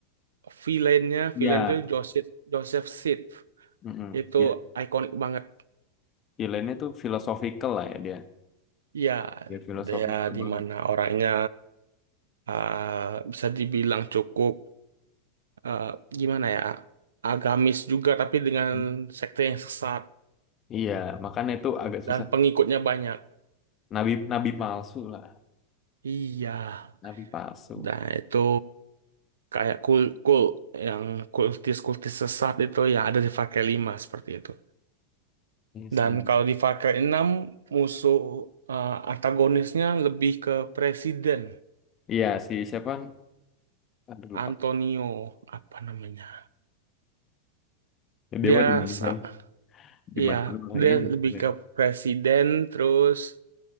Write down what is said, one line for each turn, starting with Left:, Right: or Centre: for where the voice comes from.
Right: villainnya
Left: Iya.
Right: villain itu Joseph Joseph Seed
Left: Mm-mm.
Right: itu
Left: Ya,
Right: ikonik banget
Left: pilihannya tuh philosophical lah ya dia.
Right: ya
Left: Dia philosophical
Right: dia
Left: banget.
Right: di mana orangnya eh, bisa dibilang cukup eh, gimana ya agamis juga tapi dengan
Left: Hmm.
Right: sekte yang sesat
Left: Iya, makanya itu agak susah.
Right: dan pengikutnya banyak
Left: Nabi nabi palsu lah,
Right: iya
Left: nabi palsu.
Right: nah itu kayak kul-kul yang kultis-kultis sesat itu ya ada di Far Cry 5 seperti itu.
Left: Ini seru.
Right: Dan kalau di Far Cry 6 musuh eh, antagonisnya lebih ke presiden
Left: Iya si siapa? Aduh lupa.
Right: Antonio apa namanya.
Left: Dia
Right: Dia
Left: mah di
Right: sa-
Left: mana? Di
Right: iya,
Left: mana
Right: dia
Left: ini?
Right: lebih ke presiden terus